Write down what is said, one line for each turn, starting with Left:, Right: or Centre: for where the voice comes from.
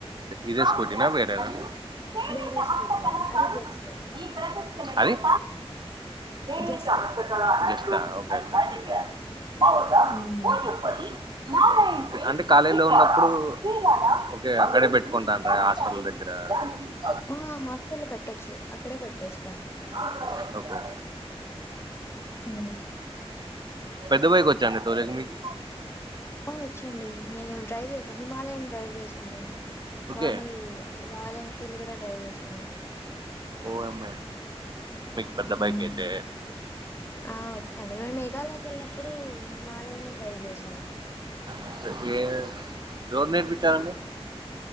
Right: ఇదే స్కూటీ నా వేరేద <unintelligible>
Left: వేరే స్కూటీ అది. అది జస్ట్.
Right: ఏ మీ
Left: జస్ట్.
Right: చాల <unintelligible> మావ
Left: హ్మ్.
Right: కో చెప్పాలి <unintelligible> అంటే కాలేజీలో ఉన్నప్పుడు ఓకే అక్కడే పెట్టుకుంటాను హాస్టల్ దగ్గర <unintelligible>
Left: ఆ హాస్టల్లో పెట్టొచ్చు అక్కడే పెట్టేస్తాను
Right: ఓకే ఓకే
Left: ఉ
Right: పెద్దబైకొచ్చాండి అండి తోలేకి మీకి
Left: వచ్చండి నేను డ్రైవ్ చేసాను హిమాలయన్ డ్రైవ్ చేశాను.
Right: ఓకే
Left: నార్మల్ రాయల్ ఎన్ఫీల్డ్ కూడా డ్రైవ్ చేశాను.
Right: ఓ అమ్మె పెద్ద
Left: హ్మ్.
Right: బైకైతే
Left: ఆ వచ్చండి మేఘాలయకి వెళ్ళినప్పుడు హిమాలయనే డ్రైవ్ చేశాను నేను
Right: ఇంతకీ ఎవరు నేర్పీంచారండి